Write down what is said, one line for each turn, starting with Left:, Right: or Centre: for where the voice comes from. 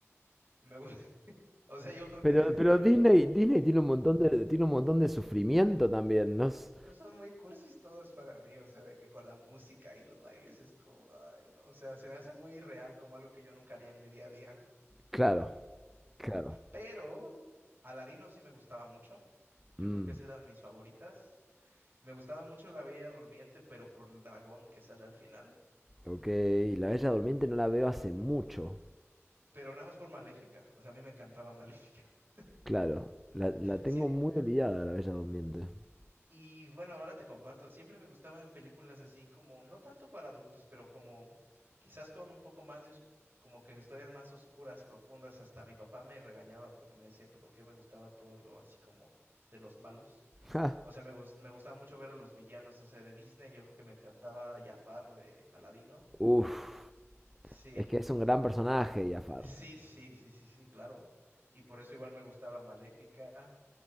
Right: Me, gu- <laughs> o sea, yo creo
Centre: Pero,
Right: que desde
Centre: pero
Right: niño
Centre: Disney, Disney tiene un montón de, tiene un montón de sufrimiento también, ¿no? es-
Right: no son muy cursis todas para mí, o sea, de que con la música y los bailes es como, ay, no, o sea, se me hace muy real como algo que yo nunca haría en mi día a día.
Centre: Claro, claro.
Right: Pero Aladino sí me gustaba mucho. Yo
Centre: Mm,
Right: creo que esas eran mis favoritas. Me gustaba mucho La Bella Durmiente, pero por el dragón que sale al final.
Centre: ok, La Bella Durmiente no la veo hace mucho.
Right: Pero nada más por Maléfica. O sea, a mí me encantaba Maléfica. <laughs>
Centre: Claro, la, la tengo
Right: Sí,
Centre: muy olvidada, la Bella Durmiente. <laughs>
Right: y bueno, ahora te comparto. Siempre me gustaban películas así como, no tanto para adultos, pero como quizás con un poco más de oscu- como que historias más oscuras, profundas. Hasta mi papá me regañaba porque me decía que por qué me gustaba todo lo así como de los malos.
Centre: Ja,
Right: O sea, me, gus- me gustaba mucho ver a los villanos, o sea, de Disney. Yo creo que me encantaba Jafar de Aladino.
Centre: Uf,
Right: Sí,
Centre: es que es un gran personaje, Jafar.
Right: sí, sí, sí, sí, sí, claro. Y por eso igual me gustaba Maléfica.